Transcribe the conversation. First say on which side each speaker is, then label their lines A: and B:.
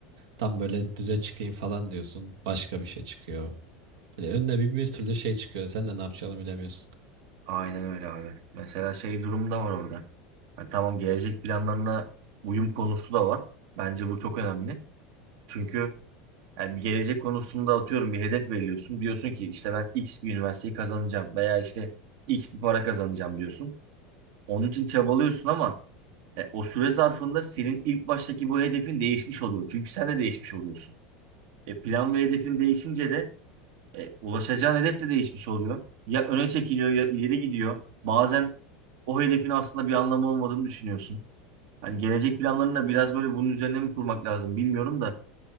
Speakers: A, on the right; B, on the right.
A: tam böyle düze çıkayım falan diyorsun. Başka bir şey çıkıyor. Böyle önüne bir, bir türlü şey çıkıyor. Sen de ne yapacağını bilemiyorsun.
B: Aynen öyle abi. Mesela şey durumu da var orada. Hani tamam gelecek planlarına uyum konusu da var. Bence bu çok önemli. Çünkü yani bir gelecek konusunda atıyorum bir hedef belirliyorsun. Diyorsun ki işte ben X bir üniversiteyi kazanacağım veya işte X bir para kazanacağım diyorsun. Onun için çabalıyorsun ama e, o süre zarfında senin ilk baştaki bu hedefin değişmiş oluyor. Çünkü sen de değişmiş oluyorsun. E, plan ve hedefin değişince de e, ulaşacağın hedef de değişmiş oluyor. Ya öne çekiliyor ya ileri gidiyor. Bazen o hedefin aslında bir anlamı olmadığını düşünüyorsun. Hani gelecek planlarını da biraz böyle bunun üzerine mi kurmak lazım bilmiyorum da.